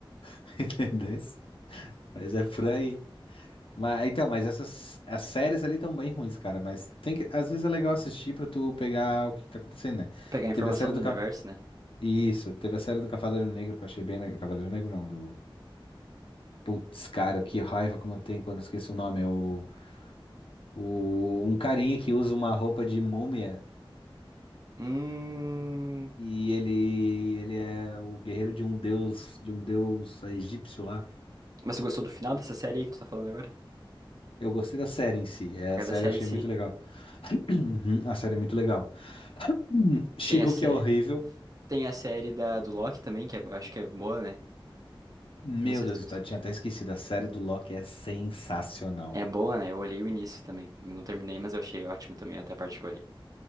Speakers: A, on the left; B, on the right.
A: <laughs> Entendeu? Mas é por aí. Mas, então, mas essas as séries ali estão bem ruins, cara. Mas tem que, às vezes é legal assistir pra tu pegar o que, que tá acontecendo, né?
B: Pegar a informação
A: Teve a série
B: do
A: do.
B: universo,
A: Ca-
B: né?
A: Isso, teve a série do Cavaleiro Negro que eu achei bem. le- Cavaleiro Negro não, do. Putz, cara, que raiva como eu tenho quando eu esqueço o nome. É o, o. Um carinha que usa uma roupa de múmia
B: Hum...
A: e ele. Ele é o guerreiro de um deus. De um deus egípcio lá.
B: Mas tu gostou do final dessa série aí que tu tá falando agora?
A: Eu gostei da série em si. É,
B: A
A: a
B: cada
A: série
B: série
A: eu achei
B: em si.
A: muito legal. <clears throat> A série é muito legal. <clears throat> She-Hulk
B: Tem a, sé...
A: é horrível.
B: Tem a série da... do Loki também, que é... acho que é boa, né?
A: Meu
B: Não sei
A: Deus,
B: se tu
A: eu
B: gostou.
A: ta- tinha até esquecido. A série do Loki é sensacional.
B: É boa, né? Eu olhei o início também. Eu Não terminei, mas eu achei ótimo também, até a parte que eu olhei.